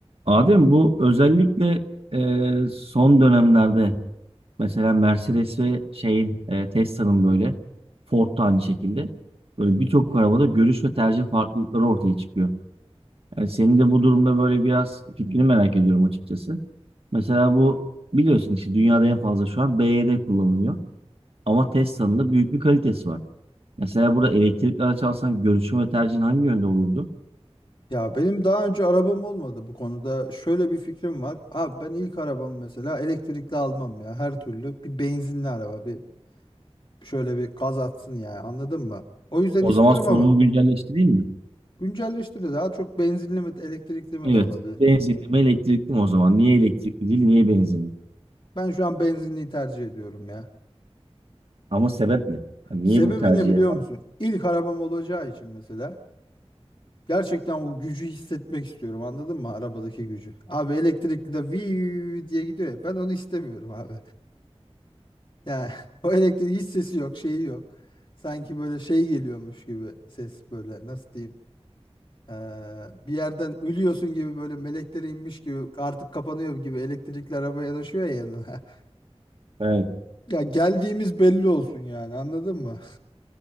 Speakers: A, on the right; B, on the left.
A: Adem bu özellikle e, son dönemlerde mesela Mercedes ve şeyin e, Tesla'nın böyle Ford da aynı şekilde böyle birçok arabada görüş ve tercih farklılıkları ortaya çıkıyor. Yani senin de bu durumda böyle biraz fikrini merak ediyorum açıkçası. Mesela bu biliyorsun işte dünyada en fazla şu an BYD kullanılıyor. Ama Tesla'nın da büyük bir kalitesi var. Mesela burada elektrikli araç alsan görüşün ve tercihin hangi yönde olurdu?
B: Ya benim daha önce arabam olmadı bu konuda. Şöyle bir fikrim var. Abi ben ilk arabamı mesela elektrikli almam ya. Her türlü bir benzinli araba bir şöyle bir gaz atsın yani anladın mı? O yüzden
A: O
B: istiyorum
A: zaman sorunu
B: ama
A: güncelleştireyim mi?
B: güncelleştiri daha çok benzinli mi elektrikli mi
A: Evet.
B: de olabilir.
A: Benzinli mi elektrikli mi o zaman? Niye elektrikli değil, niye benzinli?
B: Ben şu an benzinliyi tercih ediyorum ya.
A: Ama sebep ne? Yani
B: Sebebi
A: niye bu tercihe
B: ne biliyor
A: baktın?
B: musun? İlk arabam olacağı için mesela gerçekten o gücü hissetmek istiyorum anladın mı? Arabadaki gücü. Abi elektrikli de viii diye gidiyor ya ben onu istemiyorum abi. Yani <laughs> o elektriğin hiç sesi yok, şeyi yok. Sanki böyle şey geliyormuş gibi ses böyle nasıl diyeyim? Ee, bir yerden ölüyorsun gibi böyle melekler inmiş gibi artık kapanıyor gibi elektrikli araba yanaşıyor ya yanına. <laughs>
A: Evet.
B: Ya geldiğimiz belli olsun yani anladın mı? <laughs>